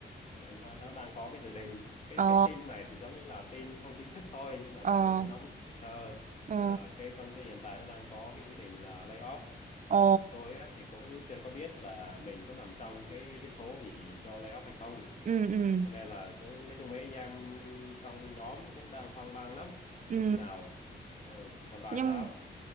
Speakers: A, on the left; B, on the right.
A: nó, nó đang có cái dự định. Cái
B: ờ,
A: cái tin này thì giống như là tin không chính thức thôi nhưng mà
B: ờ,
A: bọn tôi cũng nắm được sơ
B: ờ,
A: là cái công ty hiện tại nó đang có cái ý định là lay off
B: ờ,
A: mà tôi á, thì cũng chưa có biết là mình có nằm trong cái cái số bị cho lay off hay không
B: ừ, ừ, ừ,
A: cho nên là nói chung mấy anh em trong nhóm cũng đang hoang mang lắm không
B: ừ.
A: biết thế nào ừ. còn bà
B: nhưng
A: sao